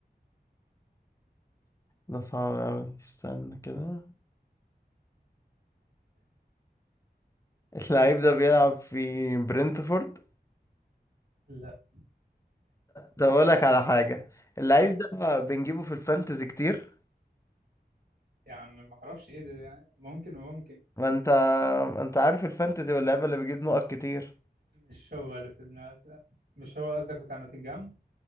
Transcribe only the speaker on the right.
<laughs> لا
يعني ما اعرفش ايه ده يعني ممكن وممكن
مش هو اللي في دماغك لا مش هو قصدك بتاع نوتنجهام